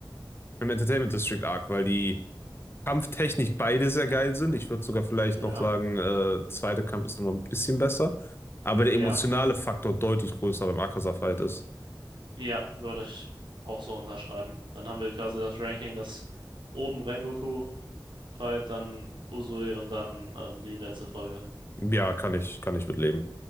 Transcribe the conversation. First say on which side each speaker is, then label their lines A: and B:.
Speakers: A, on the left; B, on the right.
A: im Entertainment District Arc, weil die kampftechnisch beide sehr geil sind. Ich würde sogar vielleicht
B: Ja,
A: noch sagen, äh, zweite Kampf ist nochmal ein bisschen besser. Aber der
B: ja,
A: emotionale Faktor deutlich größer beim Akaza-Fight ist.
B: ja, würde ich auch so unterschreiben. Dann haben wir quasi das Ranking, das oben Rengoku fight, dann Uzui und dann äh, die letzte Folge.
A: Ja, kann ich, kann ich mit leben.